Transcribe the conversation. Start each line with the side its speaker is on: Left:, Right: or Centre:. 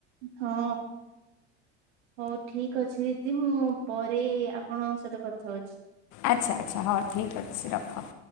Right: ହଁ, ହଉ ଠିକ ଅଛି। ଦିଦି, ମୁଁ ପରେ ଆପଣଙ୍କ ସହିତ କଥା ହଉଛି।
Left: ଆଛା ଆଛା, ହଉ ଠିକ୍ ଅଛି ରଖ।